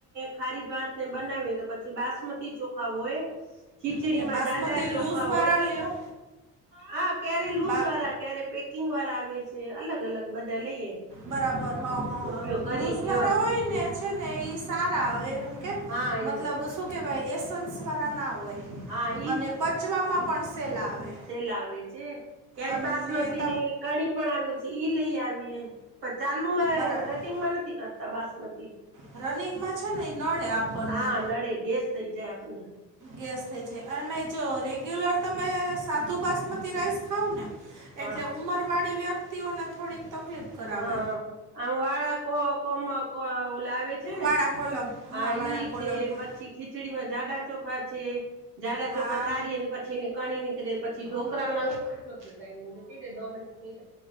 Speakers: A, on the right; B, on the right.
A: ખારી ભાતને બનાવેલું પછી પછી બાસમતી ચોખા હોય, ખીચડીમાં
B: એટલે બાસમતી
A: જાડા ચોખા
B: લૂઝવાળા
A: હોય.
B: લ્યો
A: હા, ક્યારે લુસ
B: બા
A: ક્યારે પેકિંગવાળા આવે છે. અલગ અલગ બધા લઈએ.
B: બરાબર. હ હ
A: ઉપયોગ કરી
B: લૂઝવાળા
A: કેવા છે.
B: હોયને છે ને, એ સારા આવે.
A: હા એ
B: મતલબ શું કેવાય? એસેન્સ વાળા સારા ના હોય,
A: હા
B: અને પછ બચવામાં પણ સેહલા આવે.
A: સેલા આવે છે. ક્યારે
B: અને
A: બાસમતીની
B: ત
A: કણી પણ આવે છે, ઈ લઈ આવીએ. પણ ચાલુમાં
B: બરાબર
A: રડિંગમાં નથી કરતા બાસમતી.
B: રનિંગમાં છે ને એ નડે આપણને
A: હા, નડે ગેસ થઇ જાય. આપણને
B: ગેસ થઈ છે અને જો રેગ્યુલર તમે સાધુ બાસમતી રાઈસ ખાવ ને
A: હા
B: એટલે ઉંમરવાળી વ્યક્તિઓને થોડીક તકલીફ કરાવે
A: હા, આમ વાળા કો કો લાવ છે ને,
B: વાળા કોલમ
A: હા
B: વાળા
A: ઈ
B: કોલમ
A: છે.
B: હા
A: પછી ખીચડી માં જાડા ચોખા છે જાડા
B: હા
A: ચોખા ચારી પછી એને કણી નીકળે પછી ઢોકરા
B: નીકળે
A: માં કેટલો થયો ટાઈમ રે દો મિનટ થઈ